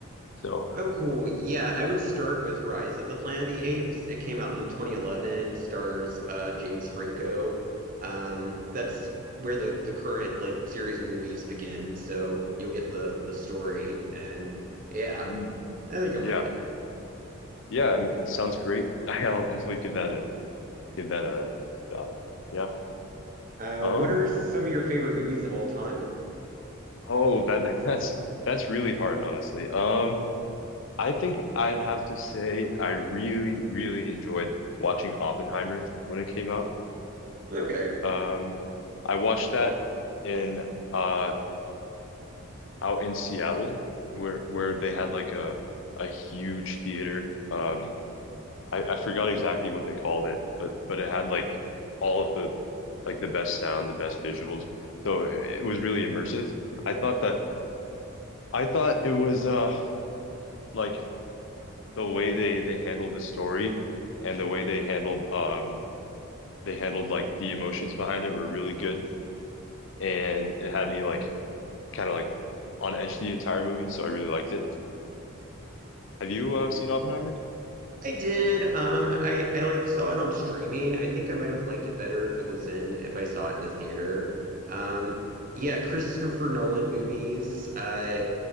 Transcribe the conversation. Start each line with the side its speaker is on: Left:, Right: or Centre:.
Left: So,
Right: Oh, cool. Yeah, I would start with Rise of the Planet of the Apes. It came out in 2011, stars uh, James Franco. Um, that's where the, the current like series of movies begin, so you'll get the the story, and yeah,
Left: mm,
Right: I think you'll
Left: yeah,
Right: like it.
Left: yeah, I mean, it sounds great. <laughs> I'll definitely give that a give that a shot. Yeah.
Right: Uh,
Left: Um.
Right: what are some of your favorite movies of all time?
Left: Oh, that, <laughs> that that's that's really hard, honestly. Um. I think I'd have to say I really really enjoyed watching Oppenheimer when it came out.
Right: Okay.
Left: Um, I watched that in uh out in Seattle where where they had like a a huge theater. Um, I I forgot exactly what they called it, but but it had like all of the like the best sound, the best visuals. So it, it was really immersive. I thought that I thought it was uh like the way they they handled the story and the way they handled um they handled like the emotions behind it were really good and it had me like kind of like on edge the entire movie, so I really liked it. Have you uh, seen Oppenheimer?
Right: I did. Um, I I like saw it on streaming. I think I might have liked it better if it was in if I saw it in the theater. Um, yeah, Christopher Nolan movies. Uh,